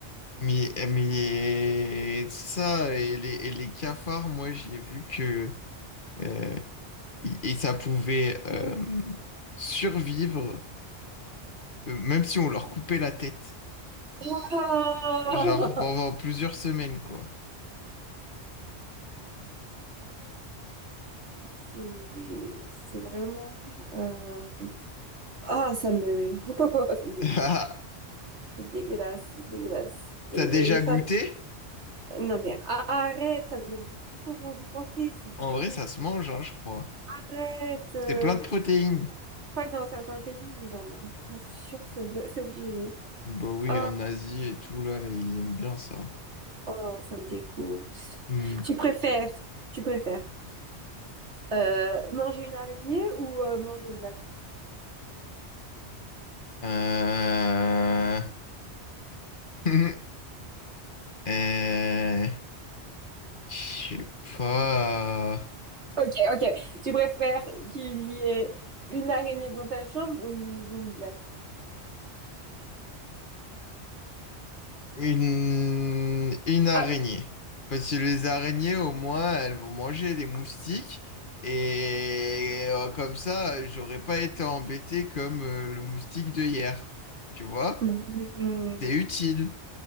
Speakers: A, on the left; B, on the right.
A: Mais, mais ça et les, et les cafards, moi j'ai vu que euh, et et ça pouvait euh, survivre euh, même si on leur coupait la tête,
B: Ah
A: genre pendant plusieurs semaines quoi.
B: c'est, c'est vraiment. euh, Ah, ça me, <laughs> ça me dégoûte.
A: <laughs>
B: C'est dégueulasse, c'est dégueulasse. Et,
A: T'as déjà
B: et ça,
A: goûté?
B: non mais arrête, ça me donne des frissons rien d'y penser, c'est
A: En
B: c'est dégueulasse.
A: vrai, ça se mange, hein, je crois.
B: Arrête. euh,
A: C'est plein de protéines.
B: je crois que dans certains pays, ils en mangent. J'en suis sûre, c'est de- c'est obligé.
A: Bah oui,
B: Oh,
A: en Asie et tout, là, ils aiment bien ça.
B: oh, ça me dégoûte.
A: Hmm.
B: Tu préfères, tu préfères euh, manger une araignée ou euh, manger une blatte?
A: Euh... <laughs> Euh, Je sais pas.
B: Ok, ok. Tu préfères qu'il y ait une araignée dans ta chambre ou une, ou une blatte?
A: Une... Une araignée.
B: Ah, bah.
A: Parce que les araignées, au moins, elles vont manger les moustiques. Et euh, comme ça, j'aurais pas été embêté comme euh, le moustique de hier. Tu vois?
B: Mhm.
A: C'est utile.